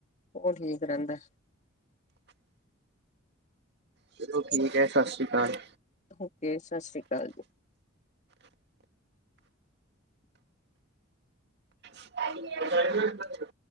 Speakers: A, on the left; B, on the right.
A: ਓ ਠੀਕ ਰੈਂਦਾ।
B: ਚਲੋ ਠੀਕ ਐ ਸਤਿ ਸ਼੍ਰੀ ਅਕਾਲ।
A: ਓਕੇ ਸਸਰੀਕਾਲ ਜੀ।
B: <inaudible>